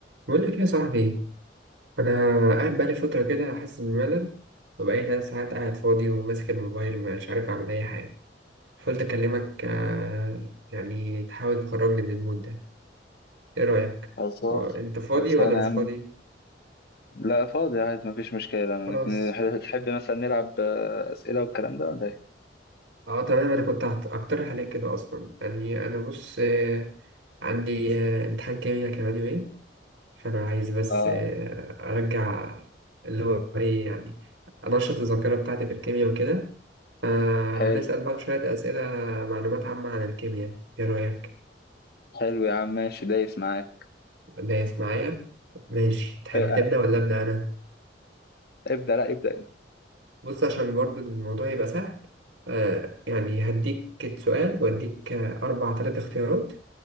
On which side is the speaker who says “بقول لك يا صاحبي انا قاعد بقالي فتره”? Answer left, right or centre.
Right